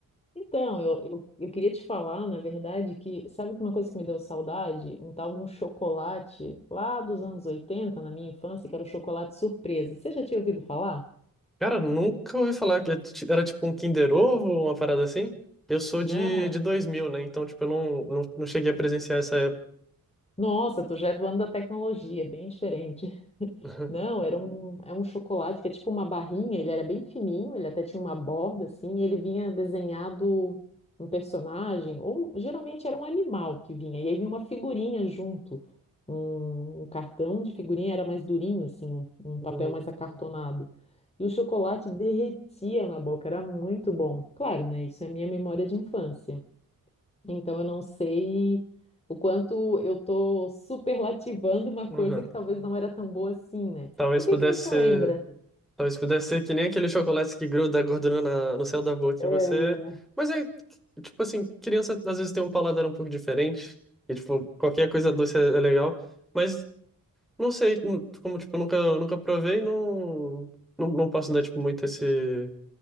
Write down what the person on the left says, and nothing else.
Então, eu, eu, eu queria te falar, na verdade, que sabe uma coisa que me deu saudade? Um tal de um chocolate lá dos anos 80 na minha infância, que era o chocolate surpresa. Você já tinha ouvido falar?
Não? é
Nossa, tu já é do ano da tecnologia, bem diferente. <laughs>
Não, era um, é um chocolate que é tipo uma barrinha, ele era bem fininho, ele até tinha uma borda assim, e ele vinha desenhado um personagem, ou geralmente era um animal que vinha, e aí vinha uma figurinha junto. Um, um cartão de figurinha era mais durinho, assim, um, um papel
mais acartonado. E o chocolate derretia na boca, era muito bom. Claro, né? Isso é a minha memória de infância. Então eu não sei o quanto eu tô superlativando uma coisa
que talvez não era tão boa assim, né?
O que
que você
lembra?
É,